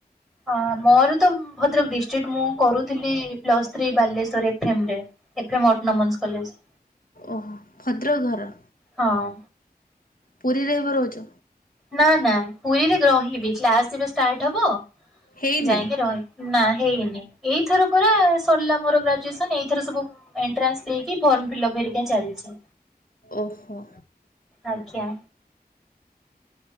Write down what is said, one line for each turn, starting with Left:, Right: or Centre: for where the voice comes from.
Centre: ଅ ମୋର ତ ଭଦ୍ରକ ଡିଷ୍ଟ୍ରିକ୍ଟ। ମୁଁ କରୁଥିଲି plus three Baleswar F M ରେ। F M autonomous college.
Left: ଓହୋ, ଭଦ୍ରକ ଘର।
Centre: ହଁ।
Left: ପୁରୀରେ ଏବେ ରହୁଛ।
Centre: ନାଁ ନାଁ ପୁରୀରେ ରହିବି, କ୍ଲାସ ଯେବେ ଷ୍ଟାର୍ଟ ହବ
Left: ହେଇନି
Centre: ଯାଇକି ରହିବି। ନାଁ ହେଇନି। ଏଇଥର ପରା ସରିଲା ମୋର ଗ୍ରାଜୁଏସନ, ଏଇଥର ସବୁ ଏଣ୍ଟ୍ରାନ୍ସ ଦେଇକି ଫର୍ମ ଫିଲପ୍ ହେରିକା ଚାଲିଛି।
Left: ଓହୋ।
Centre: ଆଜ୍ଞା।